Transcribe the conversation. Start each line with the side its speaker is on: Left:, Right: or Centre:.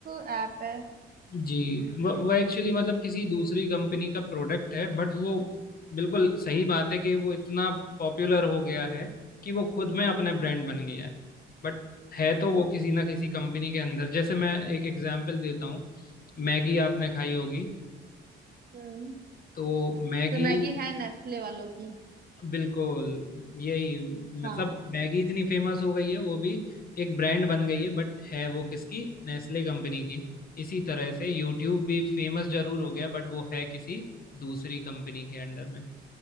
Right: ऐप है
Left: जी वो वो एक्चुअली मतलब किसी दूसरी कंपनी का प्रोडक्ट है बट वो बिल्कुल सही बात है कि वो इतना पॉपुलर हो गया है कि वो खुद में अपने ब्रांड बन गया है बट है तो वो किसी ना किसी कंपनी के अंदर जैसे मैं एक एग्जांपल देता हूँ मैगी आपने खाई होगी
Right: हम्म
Left: तो मैगी
Right: तो मैगी है नेस्ले वालों की
Left: बिल्कुल यही
Right: हाँ
Left: मतलब मैगी इतनी फेमस हो गई है वो भी एक ब्रांड बन गई है बट है वो किसकी नेस्ले कंपनी की इसी तरह से यूट्यूब भी फेमस जरूर हो गया बट वो है किसी दूसरी कंपनी के अंडर में